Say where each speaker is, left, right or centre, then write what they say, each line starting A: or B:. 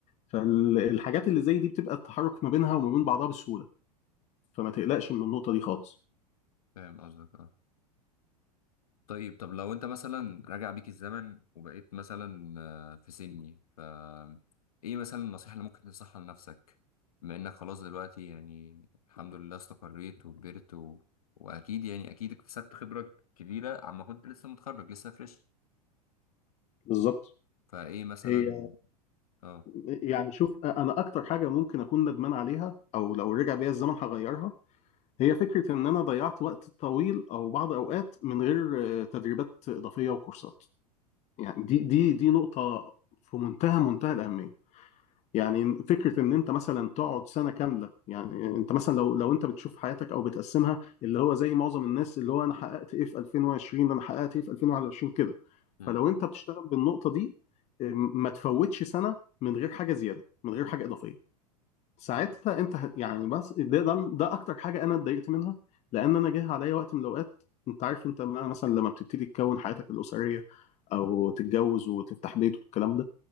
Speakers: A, on the left; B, on the left.
A: فالحاجات اللي زي دي بتبقى التحرك ما بينها وما بين بعضها بسهولة فما تقلقش من النقطة دي خالص
B: فاهم قصدك اه طيب طب لو انت مثلا راجع بيك الزمن وبقيت مثلا آه، في سني ف ايه مثلا النصيحة اللي ممكن تنصحها لنفسك بما انك خلاص دلوقتي يعني الحمد لله استقريت وكبرت و... واكيد يعني اكيد اكتسبت خبرة كبيرة عما كنت لسه متخرج لسه فريش
A: بالظبط
B: فايه مثلا
A: هي
B: اه
A: يعني شوف أنا أكتر حاجة ممكن أكون ندمان عليها أو لو رجع بيا الزمن هغيرها هي فكرة إن أنا ضيعت وقت طويل أو بعض أوقات من غير آه، تدريبات إضافية وكورسات يعني دي دي دي نقطة في منتهى منتهى الأهمية يعني فكرة إن أنت مثلا تقعد سنة كاملة يعني أنت مثلا لو لو أنت بتشوف حياتك أو بتقسمها اللي هو زي معظم الناس اللي هو أنا حققت إيه في 2020 أنا حققت إيه في 2021 كده
B: امم
A: فلو أنت بتشتغل بالنقطة دي آه، ما تفوتش سنة من غير حاجة زيادة من غير حاجة إضافية ساعتها انت هت- يعني بس ده ده, ده اكتر حاجه انا اتضايقت منها لان انا جه عليا وقت من الاوقات انت عارف انت ما- مثلا لما بتبتدي تكون حياتك الاسريه او تتجوز وتفتح بيت والكلام ده